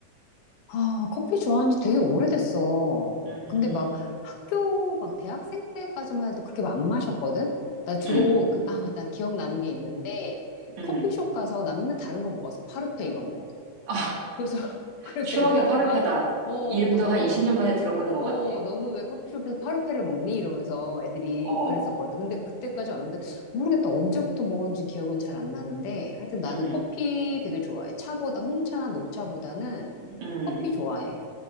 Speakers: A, on the left (about 85°); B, on the right (about 80°).
A: 아, 커피 좋아한 지 되게 오래됐어.
B: 음,
A: 근데 막 학교, 막 대학생 때까지만 해도 그렇게 안 마셨거든? 나 주로,
B: 음,
A: 그, 아, 맞다. 기억나는 게 있는데,
B: 음.
A: 커피숍 가서 난 맨날 다른 거 먹었어. 파르페 이런 거.
B: 아,
A: 그래서, <laughs> 그래서
B: 추억의
A: 애들한테
B: 파르페다.
A: 막, 어, 어,
B: 이름도
A: 너는,
B: 한 20년 만에 들어보는 것
A: 어,
B: 같아.
A: 너는 왜 커피숍에서 파르페를 먹니? 이러면서 애들이
B: 어,
A: 그랬었거든. 근데 그때까지 왔는데, 모르겠다. 언제부터 먹었는지 기억은 잘 안 나는데, 하여튼 나는
B: 음,
A: 커피 되게 좋아해. 차보다, 홍차나 녹차보다는
B: 음.
A: 커피 좋아해.